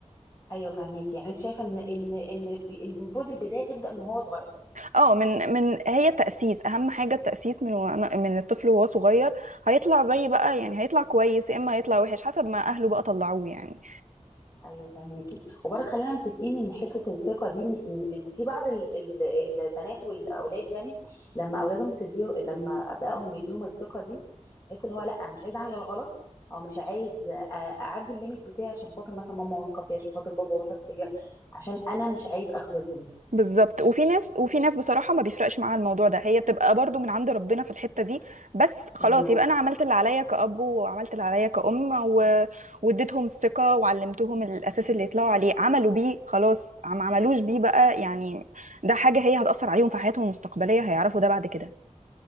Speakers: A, on the left; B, on the right.
A: ايوه فاهميكي يعني انت شايفه ان ان ان بي- المفروض البدايه تبدا من هو صغير
B: اه من من هي التأسيس اهم حاجة التأسيس من وانا- من الطفل وهو صغير هيطلع زي بقى يعني هيطلع كويس يا اما هيطلع وحش حسب ما اهله بقى طلعوه يعني
A: ايوه فاهميكي وبرضه خلينا متفقين ان حته الثقه دي ان ان إن في بعض ال- ال- البنات والاولاد يعني لما اولادهم بتديه لما ابائهم بيديهم الثقه دي تحس اللي هو لا انا مش عايزه اعمل الغلط او مش عايز أ- اعدي الليميت بتاعي عشان خاطر مثلا ماما واثقه فيا عشان خاطر بابا واثق فيا عشان انا مش عايز اغفلهم
B: بالظبط وفي ناس وفي ناس بصراحة ما بيفرقش معاها الموضوع ده هي بتبقى برضو من عند ربنا في الحتة دي بس خلاص
A: إمم.
B: يبقى أنا عملت اللي عليا كأب وعملت اللي عليا كأم و... واديتهم الثقة وعلمتهم الأساس اللي يطلعوا عليه عملوا بيه خلاص ما عملوش بيه بقى يعني ده حاجة هي هتأثر عليهم في حياتهم المستقبلية هيعرفوا ده بعد كده